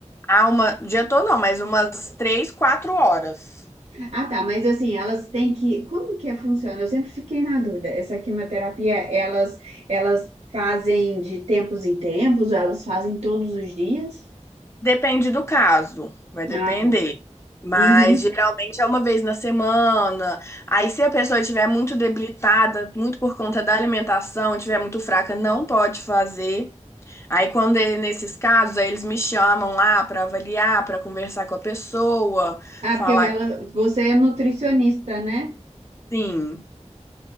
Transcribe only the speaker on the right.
Ah, tá, mas assim, elas têm que. Como que é- funciona? Eu sempre fiquei na dúvida. Essa quimioterapia, elas, elas fazem de tempos em tempos? ou Elas fazem todos os dias?
Ah, tá.
Uhum.
Ah,
porque ela,
você é nutricionista, né?